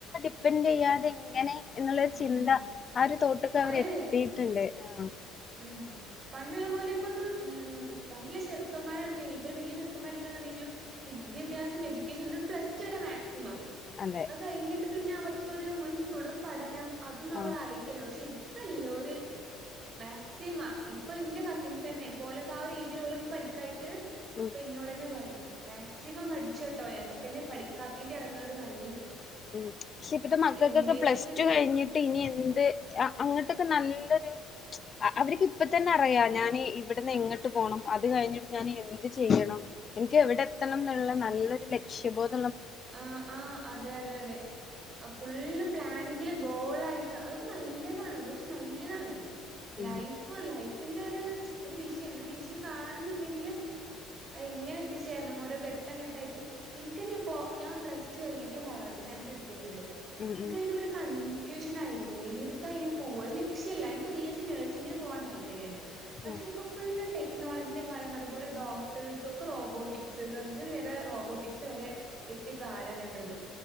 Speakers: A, on the left; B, on the right.
A: ഡിപ്ന്റെയ്യാതെ എങ്ങനെ എന്നുള്ളരു
B: ഉം,
A: ചിന്ത
B: ഉം.
A: ആ ഒരു തോട്ട്ക്കവര്
B: അതെ,
A: എത്തിയിട്ടിണ്ട്
B: അതെ.
A: ആ
B: ഉം പണ്ടിള്ള പോലെ ഇപ്പൊന്നും പണ്ടിള്ള ചെർക്കന്മാരാണാണ്ടെങ്കിൽ ഇപ്പൊ ഒരു വലിയ ചെുക്കന്മാരെട്ക്കാന്നിണ്ടെങ്കിലു വിദ്യാഭ്യാസം എജ്യുക്കേഷൻ പ്ലസ് ടു വരെ മാക്സിമം
A: അതെ
B: അകയിഞ്ഞിട്ട് പിന്നെ അവർക്കൊരു മുൻ തുടർ പഠനം അതൊന്നും അവർ
A: ആഹ്
B: ആലോക്കല പക്ഷെ ഇ ഇപ്പല്ലോര് മാക്സിമ ഇപ്പൊ ഇന്റെ കസിൻസെന്നെ ഇപോലൊക്കെ ആ ഒരു ഏജിൽ പോലെ ഒന്നും പഠിക്കായിട്ട്
A: ഉം
B: പിഇന്നോടെന്നെ പറയും മാക്സിമം പഠിച്ചോട്ടോ ഞങ്ങക്കെന്നെ പഠിക്കാത്തീന്റെ എടങ്ങേറ് നൽ
A: ഉം പക്ഷെ ഇപ്പത്തെ മക്കൾക്കൊക്കെ
B: എന്തേലൊക്കെ
A: പ്ലസ്
B: ഒരു
A: ടു കഴിഞ്ഞിട്ട് ഇനി എ <unintelligible> അങ്ങട്ടൊക്കെ നല്ലൊരു അവർക്ക് ഇപ്പത്തന്നെറിയ ഞാൻ ഇവിടുന്ന് എങ്ങ പോണം അത് കഴിഞ്ഞിട്ട് ഞാൻ എന്ത് ചെയ്യണം എനിക്ക് എവിടെ എത്തണം എന്നുള്ള
B: ഉം ഉം.
A: നല്ലൊരു ലക്ഷ്യബോധം
B: ആ ആ അതെ അതെ അതെ ഫുള്ള് പ്ലാനിങ്ങില് ഗോള ആയിട്ട് അതൊക്കെ നല്ലതാണ് ഒരുപക്ഷെ നല്ലതാണ് ലൈഫ്
A: ഉം
B: ലൈഫിന്റെ ഒരു ഒരു മിഷീൻ ഒരു മിഷീൻ കാണുന്നുണ്ടെങ്കില് അ എങ്ങനെ എത്തിച്ചേരണം ഓരോ ഘട്ടം ഘട്ടായിട്ട് ഇൻക്കെന്നെ ഇപ്പോ ഞാൻ പ്ലസ ടു കഴിഞ്ഞിട്ട് ഞാൻയോളജി സയൻസ് എടുത്തിരുന്നത്
A: ഉം
B: നിനക്ക് അ ഒരു ക കൺഫ്യൂഷനായിരുന്നു ഏത്ക്കാനിപോവ്വാ ഒരു ലക്ഷ്യല്ല നിക്ക് ബി എസ് സി നഴ്സിങ്ങിന് പോവാൻ താല്പര്യണ്ട് പക്ഷെ
A: ഉം
B: ഇപ്പൊ ഫുള്ള് ടെ നോളജിന്റെ കാലമാണ് അതുപോലെ ഡോക്ടേഴ്സ് ഒക്കെ റോബോട്ടിക്സ് സർജറി വരെ റോബോട്ടിക്സ് വരെ എത്തിയ കാലാണ് നമ്മളത്